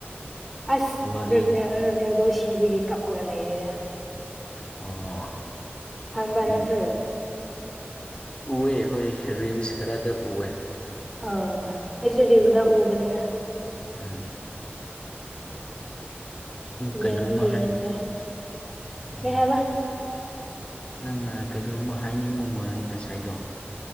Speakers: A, in the centre; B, on the left.
A: ꯑꯁ
B: ꯋꯥꯔꯤ
A: ꯌꯦꯡꯗꯦ ꯔꯣꯅꯦꯜꯗꯣ ꯁꯤꯕꯒꯤ ꯀꯞꯄꯒ ꯂꯩꯔꯦ
B: ꯑꯣ
A: ꯈꯥꯕꯥ
B: ꯎꯝ
A: ꯅꯥꯁꯨ
B: ꯎꯑꯦ ꯍꯣꯏ ꯔꯤꯜꯁ ꯈꯔꯗ ꯎꯑꯦ
A: ꯑ ꯑꯩꯁꯨꯔꯤꯖꯗ ꯎꯕꯅꯦ
B: ꯎꯝ ꯨ ꯀꯩꯅꯣꯝꯃ
A: ꯌꯦꯡꯗꯤ ꯌꯦꯡꯗ꯭ꯔꯦ
B: ꯍꯥꯏꯔꯤ ꯑꯣ
A: ꯀꯩ ꯍꯥꯏꯕ
B: ꯅꯪ ꯉ ꯀꯩꯅꯣꯝꯃ ꯍꯥꯏꯅꯤꯡꯕ ꯃꯥꯜꯂꯦ ꯉꯁꯥꯏꯗꯣ